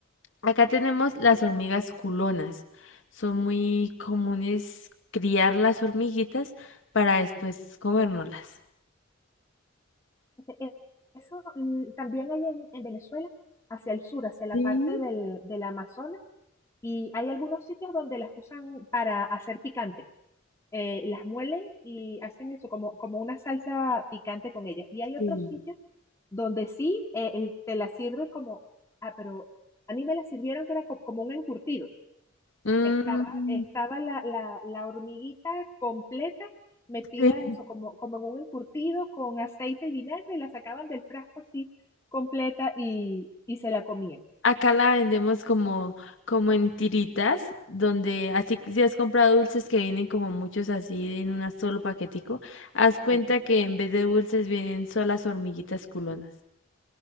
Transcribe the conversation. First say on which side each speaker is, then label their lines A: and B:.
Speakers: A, on the left; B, on the left.
A: Acá tenemos las hormigas culonas. Son muy comunes criar las hormiguitas para después comérnoslas.
B: E- Eso mm, también hay en, en Venezuela, hacia el sur, hacia la
A: Sí,
B: parte del, del Amazonas, y hay algunos sitios donde las usan para hacer picante. Eh, las muelen y hacen eso como, como una salsa picante con ellas. Y hay otros
A: sí.
B: sitios donde sí eh, el- te la sirven como, ah, pero a mí me la sirvieron que era co- como un encurtido.
A: Mm,
B: Estaba, estaba la, la, la hormiguita completa metida
A: Sí,
B: eso, como, como en un encurtido con aceite y vinagre, y la sacaban del frasco así completa y, y se la comían.
A: Acá la vendemos como, como en tiritas, donde así que si has comprado dulces que vienen como muchos así en un solo paquetico, haz cuenta
B: Y,
A: que en vez de dulces vienen solas hormiguitas culonas.